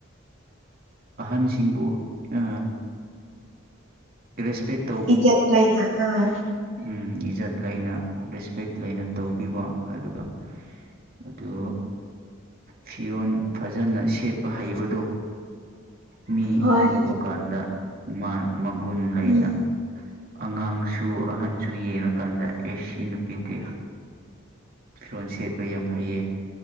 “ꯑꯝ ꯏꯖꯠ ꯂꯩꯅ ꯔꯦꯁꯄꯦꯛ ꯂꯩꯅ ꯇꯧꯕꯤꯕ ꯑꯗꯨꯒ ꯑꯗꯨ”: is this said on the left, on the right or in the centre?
Right